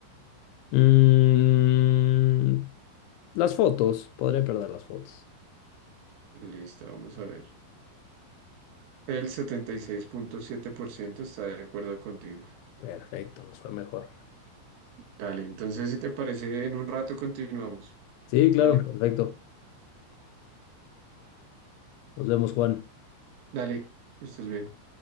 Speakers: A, on the left; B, on the right.
A: Mm, las fotos, podría perder las fotos.
B: Listo, vamos a ver. El setenta y seis punto siete por ciento está de acuerdo contigo.
A: Perfecto, nos fue mejor.
B: Dale, entonces si te parece, en un rato continuamos.
A: Sí, claro,
B: Dale,
A: perfecto. Nos vemos, Juan.
B: dale, que estés bien.